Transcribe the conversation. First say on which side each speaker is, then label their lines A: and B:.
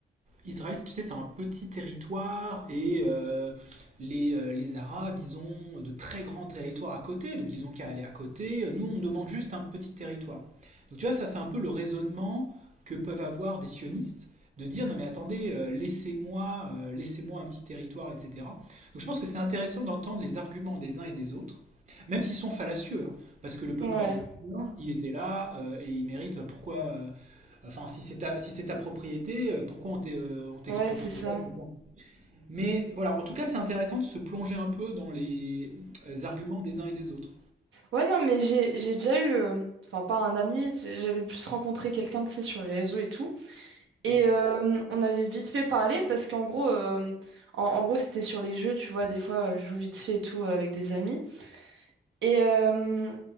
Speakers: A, on the right; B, on the right.
A: Israël, si tu sais, c'est un petit territoire et euh, les, euh, les Arabes, ils ont de très grands territoires à côté, donc ils ont qu'à aller à côté. Nous, on demande juste un petit territoire. Donc tu vois, ça, c'est un peu le raisonnement que peuvent avoir des sionistes, de dire non mais attendez, euh, laissez-moi, euh, laissez-moi un petit territoire, etc. Donc je pense que c'est intéressant d'entendre les arguments des uns et des autres, même s'ils sont fallacieux, hein, parce que le peuple
B: Ouais,
A: palestinien, il était là euh, et il mérite pourquoi, euh, Enfin, si c'est ta, si c'est ta propriété, euh, pourquoi on t'est- euh, on t'exproprie
B: ouais, c'est ça.
A: pas, etc. Mais voilà, en tout cas, c'est intéressant de se plonger un peu dans les euh, arguments des uns et des autres.
B: Ouais, non, mais j'ai j'ai déjà eu, euh, enfin pas un ami, j'avais plus rencontré quelqu'un, tu sais, sur les réseaux et tout. Et
A: Ouais.
B: euh, on avait vite fait parler parce qu'en gros, euh, en, en gros, c'était sur les jeux, tu vois, des fois, euh, je joue vite fait et tout euh, avec des amis. Et, euh,